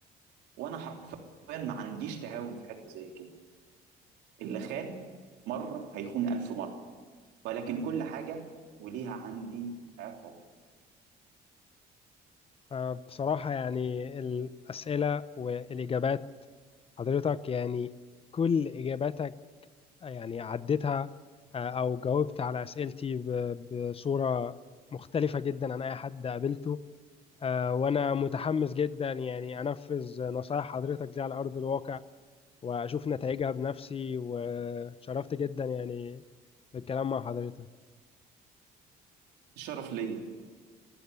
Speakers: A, on the right (about 85°); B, on the left (about 35°).
A: وانا حرفيا ما عنديش تهاون في حته زي كده اللي خان مره هيخون الف مره ولكن كل حاجه وليها عندي عقاب
B: آه، بصراحة يعني الأسئلة والإجابات حضرتك يعني كل إجاباتك يعني عديتها آه، أو جاوبت على أسئلتي ب- بصورة مختلفة جدا عن أي حد قابلته آه، وأنا متحمس جدا يعني أنفذ نصائح حضرتك دي على أرض الواقع وأشوف نتائجها بنفسي وشرفت جدا يعني بالكلام مع حضرتك
A: الشرف ليا